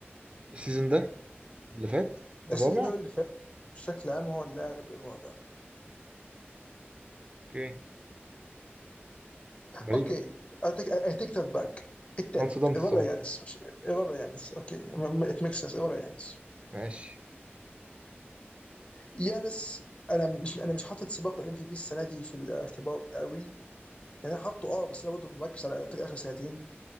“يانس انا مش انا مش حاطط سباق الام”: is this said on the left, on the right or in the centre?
Left